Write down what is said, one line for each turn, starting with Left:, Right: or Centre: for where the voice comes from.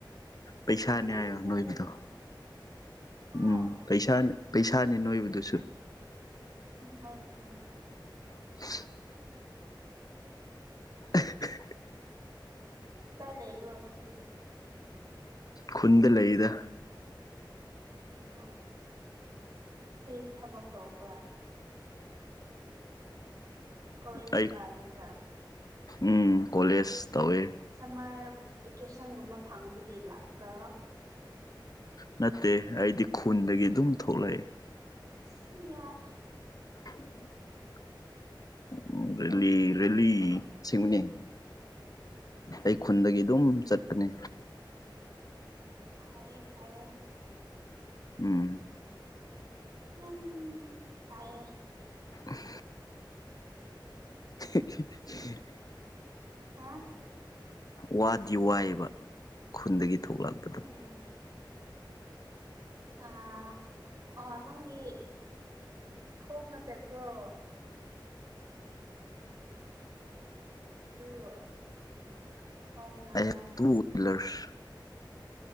Left: ꯄꯩꯁꯥꯅꯤ
Right: ꯀꯔꯤꯁꯨ
Left: ꯍꯥꯏꯌꯣ
Right: ꯁꯦꯝꯗꯦ
Left: ꯅꯣꯏꯕꯗꯣ
Right: ꯑꯗꯨꯒꯨꯝꯕ ꯍꯥ
Left: ꯎꯝ꯫ ꯄꯩꯁꯥꯅ ꯄꯩꯁꯥꯅꯤ ꯅꯣꯏꯕꯗꯨꯁꯨ꯫
Right: ꯍꯥꯏꯅꯦ ꯍꯥꯏꯅꯦ꯫
Left: <inaudible> ꯑꯍ ꯑꯍ
Right: ꯀꯥꯏ ꯂꯩꯕ꯭ꯔꯣ ꯅꯪꯗꯤ꯫
Left: ꯈꯨꯟꯗ ꯂꯩꯗ꯫
Right: ꯑꯣ ꯀꯔꯤ ꯊꯕꯛ ꯇꯧꯕ꯭ꯔꯥ꯫ ꯀꯣꯂꯦꯁ
Left: ꯑꯩ
Right: ꯀꯥꯔꯤꯕ꯭ꯔꯥ꯫
Left: ꯎꯝ ꯀꯣꯂꯦꯖ ꯇꯧꯋꯦ꯫
Right: ꯁꯝꯃꯔ ꯚꯦꯀꯦꯁꯟꯒꯨꯝꯕ ꯐꯪꯕꯒꯤ ꯂꯥꯛꯄ꯭ꯔꯥ꯫
Left: ꯅꯠꯇꯦ ꯑꯩꯗꯤ ꯈꯨꯟꯗꯒꯤ ꯑꯗꯨꯝ ꯊꯣꯛꯂꯛꯑꯦ꯫
Right: ꯁꯤꯌꯥ
Left: ꯎꯝ <unintelligible> ꯎꯝ ꯔꯦꯂꯤ ꯔꯦꯂꯤ ꯑꯁꯦꯡꯕꯅꯦ꯫ ꯑꯩ ꯈꯨꯟꯗꯒꯤ ꯑꯗꯨꯝ ꯆꯠꯄꯅꯦ꯫
Right: ꯐꯩꯌꯦ ꯐꯩꯌꯦ꯫
Left: ꯎꯝ
Right: ꯌꯥꯝ ꯐꯥꯏꯌꯦ
Left: ꯎꯝ ꯑꯍꯦ <unintelligible>
Right: ꯍꯥ
Left: ꯋꯥꯗꯤ ꯋꯥꯏꯑꯕ ꯈꯨꯟꯗꯒꯤ ꯊꯣꯛꯂꯛꯄꯗꯣ꯫
Right: ꯎꯝ ꯑꯥ ꯑ ꯅꯪꯒꯤ ꯈꯣꯡꯅ ꯆꯠꯄ꯭ꯔꯣ꯫ ꯑꯗꯨꯕꯨ ꯈꯣꯡꯅꯔꯥ
Left: ꯑꯩ ꯇꯨ ꯋꯤꯂꯔꯁ